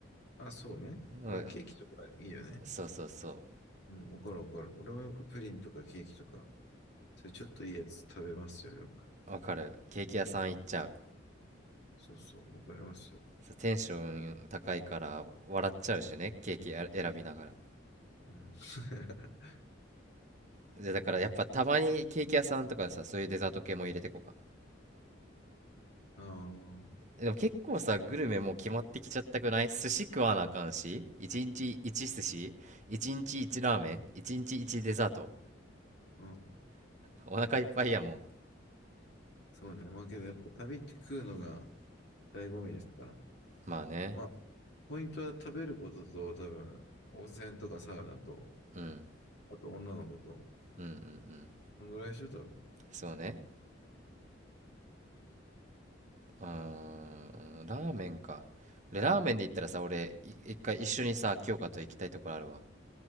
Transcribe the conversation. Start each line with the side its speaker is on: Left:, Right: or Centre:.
Left: あ、そうね。
Right: うん、
Left: だからケーキとかいいよね。
Right: そうそうそ
Left: うん。わかるわかる。俺もよくプリンとかケーキとか、それちょっといいやつ食べますよ、よく。
Right: う。わかる。ケーキ屋さん行っちゃう。
Left: そうそう、わかりますよ。
Right: そうテンション高いから笑っちゃうしね、
Left: うん。
Right: ケーキや選びながら。
Left: うん。<laughs>
Right: で、だからやっぱたまにケーキ屋さんとかさ、そういうデザート系も入れてこうか。
Left: ああ。
Right: でも結構さ、グルメもう決まってきちゃったくない寿司食わなあかんし、1日1寿司、1日1ラーメン、1日1デザート。
Left: うん。
Right: お腹いっぱいやもん。
Left: そうね。まあけど、やっぱ旅って食うのが醍醐味ですから。
Right: まあね。
Left: まあ、ポイントは食べることと、多分、温泉とかサウナと、
Right: うん。
Left: あと女の子と。
Right: うんうんうん。
Left: こんぐらいでしょ、多分。
Right: そうね。うーん。ラーメンか。でラーメンで言ったらさ、俺、い一回一緒にさ、
Left: うん。
Right: 京香と行きたいところあるわ。